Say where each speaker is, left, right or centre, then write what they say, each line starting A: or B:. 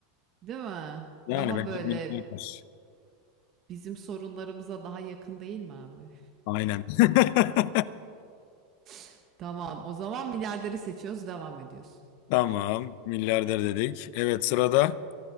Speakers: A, on the right; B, on the left.
A: değil mi?
B: Yani
A: Daha
B: bence
A: böyle
B: milyarder.
A: bizim sorunlarımıza daha yakın değil mi abi?
B: Aynen. <laughs>
A: <laughs> Tamam o zaman milyarderi seçiyoruz devam ediyoruz.
B: Tamam. Milyarder dedik. Evet sırada.